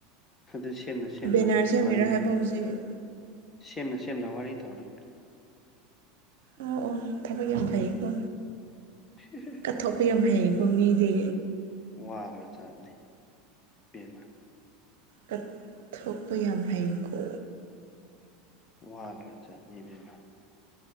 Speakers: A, on the left (about 20°); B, on the right (about 60°).
A: ꯑꯗꯨ ꯁꯦꯝꯅ ꯁꯦꯝꯅ
B: ꯕꯦꯅꯔ ꯁꯦꯝꯃꯤꯔꯣ
A: ꯋꯥꯔꯤ
B: ꯍꯥꯏꯕ
A: ꯇꯧꯔꯤꯅꯤ
B: ꯍꯧꯖꯤꯛ
A: ꯁꯦꯝꯅ ꯁꯦꯝꯅ ꯋꯥꯔꯤ ꯇꯧꯔꯤꯅꯤ
B: ꯑꯣ ꯑꯣ ꯊꯕꯛ ꯌꯥꯝ ꯐꯩꯀꯣ
A: <unintelligible>
B: ꯀꯠꯊꯣꯛꯄ ꯌꯥꯝ ꯍꯩꯌꯦꯀꯣ ꯃꯤꯗꯤ
A: ꯋꯥꯒꯔꯥ ꯖꯥꯠꯅꯤ ꯕꯦꯝꯃ
B: ꯀꯠꯊꯣꯛꯄ ꯌꯥꯝ ꯍꯩꯀꯣ
A: ꯋꯥꯒꯔꯥ ꯖꯥꯠꯅꯤ ꯏꯕꯦꯝꯃ